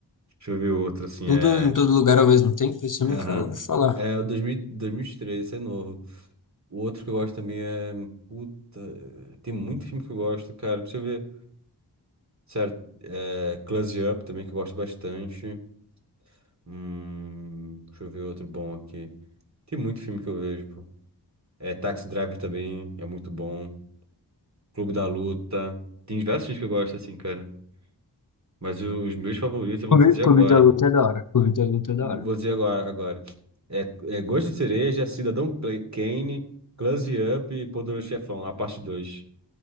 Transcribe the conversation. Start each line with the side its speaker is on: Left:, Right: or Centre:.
Right: Deixa eu ver outra assim,
Left: Tudo
Right: é.
Left: em todo lugar ao mesmo tempo? Isso
Right: Aham.
Left: eu nunca ouvi falar.
Right: É o 2000 2003, esse é novo. O outro que eu gosto também é. Puta, tem muito filme que eu gosto, cara. Deixa eu ver. Sério, é Close Up também que eu gosto bastante. Hum, deixa eu ver outro bom aqui. Tem muito filme que eu vejo, pô. É Taxi Driver também, é muito bom. Clube da Luta. Tem diversos filmes que eu gosto, assim, cara. Mas o- os meus favoritos eu
Left: Clube,
Right: vou te dizer agora.
Left: Clube da Luta é da hora. Clube da Luta é da
Right: Vou
Left: hora.
Right: dizer agora, agora. É, é Gosto de Cereja, Cidadão Cle- Kane, Close Up e Poderoso Chefão, a parte 2.